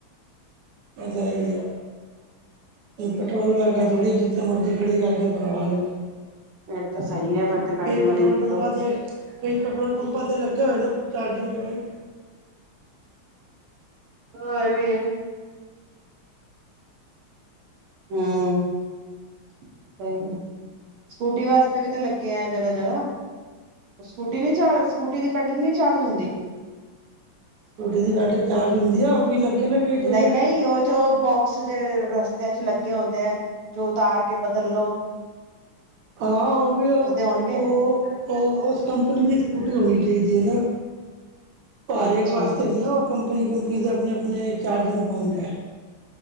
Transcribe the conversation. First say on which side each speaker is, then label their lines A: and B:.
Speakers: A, on the right; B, on the right.
A: ਅ ਹੀਗਾ। ਪੈਟਰੋਲ ਵਰਗਾ ਥੋੜ੍ਹੀ ਹੈ ਜਿੱਥੇ ਮਰਜ਼ੀ ਖੜੀ ਕਰਕੇ ਭਰਵਾ ਲਉ।
B: ਫਿਰ ਤਾਂ ਸਹੀ ਹੈ ਫਿਰ ਤੇ ਬੈਟਰੀ ਵਾਲੀ
A: ਪੈਟਰੋਲ
B: ਲਲੋ।
A: ਪੰਪਾਂ ਤੇ ਕਈ ਪੈਟਰੋਲ ਪੰਪਾਂ 'ਤੇ ਲੱਗੇ ਹੋਏ ਨੇ ਚਾਰਜਿੰਗ ਪੁਆਇੰਟ।
B: ਹਾਂ ਇਹ ਵੀ ਹੈ। ਹਮ। ਸਹੀ ਹੈ ਸਕੂਟੀ ਵਾਸਤੇ ਵੀ ਤੇ ਲੱਗੇ ਆ ਜਗ੍ਹਾ ਜਗ੍ਹਾ। ਸਕੂਟੀ ਨੀ ਚਾਰਜ ਸਕੂਟੀ ਦੀ ਬੈਟਰੀ ਨੀ ਚਾਰਜ ਹੁੰਦੀ।
A: ਤੁਹਾਡੀੇ ਦੀ ਬੈਟਰੀ ਚਾਰਜ ਹੁੰਦੀ ਆ ਉਹ ਵੀ ਲੱਗੇ ਨੇ ਕਈ ਜਗ੍ਹਾ
B: ਨਹੀਂ ਨਹੀਂ ਉਹ ਜੋ ਬੋਕਸ ਜ ਰਸਤਿਆਂ ਚ ਲੱਗੇ ਹੁੰਦੇ ਆ ਜੋ ਉਤਾਰ ਕੇ ਬਦਲ ਲੋੋ।
A: ਹਾਂ ਉਹ ਵੀ ਉਹ।
B: ਹੋਣਗੇ।
A: ਉਹ ਉਸ ਕੰਪਨੀ ਦੀ ਸਕੂਟੀ ਹੋਣੀ ਚਾਹੀਦੀ ਇਹ ਨ ਹਰ
B: ਅੱਛਾ
A: ਏਕ ਵਾਸਤੇ ਨਹੀਂ ਹੈ ਉਹ। ਕੰਪਨੀ ਕੰਪਨੀ ਦੇ ਆਪਣੇ ਆਪਣੇ ਚਾਰਜਿੰਗ ਪੁਆਇੰਟ ਹੈ।